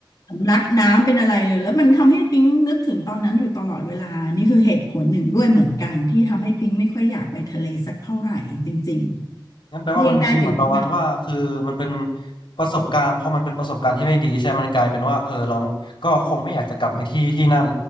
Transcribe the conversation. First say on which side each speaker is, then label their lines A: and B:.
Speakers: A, on the left (about 45°); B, on the left (about 80°).
A: สำลักน้ำเป็นอะไรเลยแล้วมันทำให้ปิ๊งนึกถึงตอนนั้นอยู่ตลอดเวลานี่คือเหตุผลหนึ่งด้วยเหมือนกันที่ทำให้ปิ๊งไม่ค่อยอยากไปทะเลสักเท่าไหร่จริง
B: งั้นแปลว่ามันฟีลเหมือนประมาณว่าคือมันเป็น
A: ๆเลี่ยงได้เป็นเลี่ยง
B: ประสบการณ์พอมันเป็นประสบการณ์ที่ไม่ดีใช่ไหมมันกลายเป็นว่าเออเราก็คงไม่อยากจะกลับไปที่ที่นั่น